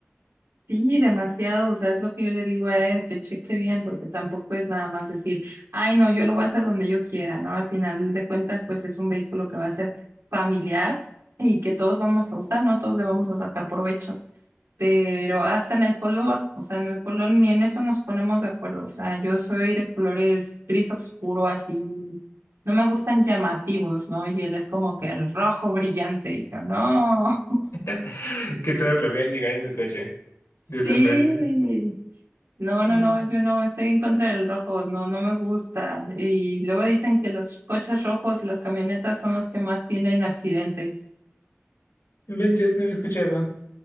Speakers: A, on the right; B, on the left.
A: sí, demasiado, o sea, es lo que yo le digo a él, que cheque bien, porque tampoco es nada más decir, ay, no, yo lo voy a hacer donde yo quiera, ¿no? Al final de cuentas, pues es un vehículo que va a ser familiar y que todos vamos a usar, ¿no? Todos le vamos a sacar provecho. pero hasta en el color, o sea, en el color ni en eso nos ponemos de acuerdo, o sea, yo soy de colores gris oscuro, así, no me gustan llamativos, ¿no? Y él es como que el rojo brillante, y yo, no,
B: <laughs> Que todos lo vean llegar en su coche.
A: <laughs> sí,
B: Deslumbrante.
A: no,
B: Sí,
A: no, no, yo no estoy en contra del rojo, no, no me gusta. Y luego dicen que los coches rojos, las camionetas son los que más tienen accidentes.
B: inventes, no había escuchado.